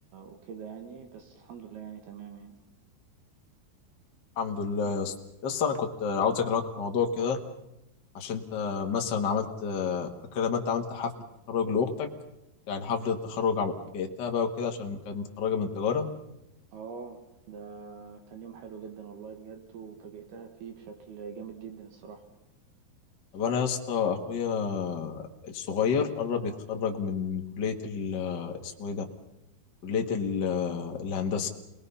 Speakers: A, on the right; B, on the left.
A: وكده يعني بس الحمد لله يعني تمام يعني
B: الحمد لله يا اسطى يا اسطى انا كنت عاوز اكلمك في موضوع كده عشان انت مثلا عملت فاكر لما انت عملت حفلة تخرج لاختك يعني حفلة التخرج عم- جئتها بقى وكده عشان كانت متخرجة من تجارة
A: اه ده كان يوم حلو جدا والله بجد وفاجئتها فيه بشكل جامد جدا الصراحه
B: طب انا يا اسطى اخويا الصغير قرب يتخرج من كلية ال اسمه ايه ده كلية ال- الهندسة